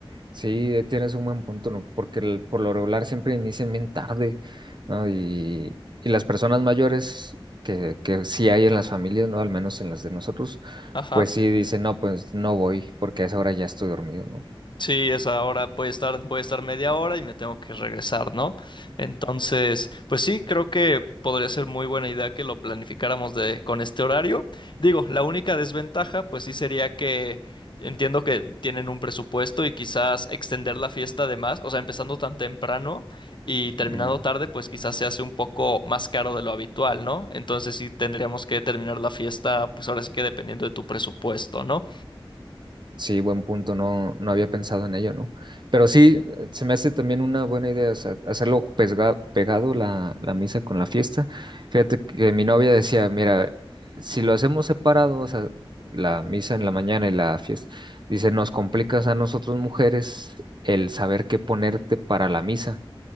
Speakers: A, on the right; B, on the left.
A: Sí, eh, tienes un buen punto, ¿no? Porque el- por lo regular siempre inician bien tarde, ¿no? Y, y las personas mayores que, que sí hay en las familias, ¿no? Al menos en las de nosotros,
B: Ajá.
A: pues sí dicen, no, pues no voy porque a esa hora ya estoy dormido, ¿no?
B: Sí, es ahora puede estar, voy a estar media hora y me tengo que regresar, ¿no? Entonces, pues sí, creo que podría ser muy buena idea que lo planificáramos de, con este horario. Digo, la única desventaja, pues sí sería que entiendo que tienen un presupuesto y quizás extender la fiesta de más, o sea, empezando tan temprano y terminando
A: Mm,
B: tarde, pues quizás se hace un poco más caro de lo habitual, ¿no? Entonces sí tendríamos que terminar la fiesta, pues ahora sí que dependiendo de tu presupuesto, ¿no?
A: Sí, buen punto, no, no había pensado en ello, ¿no? Pero sí, se me hace también una buena idea, o sea, hacerlo pesga- pegado la, la misa con la fiesta. Fíjate que mi novia decía, mira, si lo hacemos separado, o sea, la misa en la mañana y la fiesta, dice, nos complicas a nosotros mujeres el saber qué ponerte para la misa